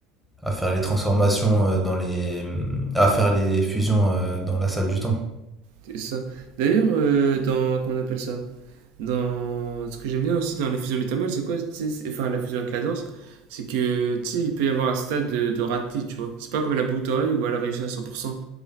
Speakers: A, in the centre; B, on the right.
A: À faire les transformations, heu, dans les mmh, à faire les fusions, heu, dans la salle du temps.
B: c'est ça. D'ailleurs, euh, dans. Comment on appelle ça Dans... Ce que j'aime bien aussi dans la fusion métamol, c'est quoi? tu sais, c'est- Enfin, la fusion avec la danse, c'est que, tu sais, il peut y avoir un stade de, de raté, tu vois. C'est pas comme la boucle d'oreille où elle a réussi à 100%.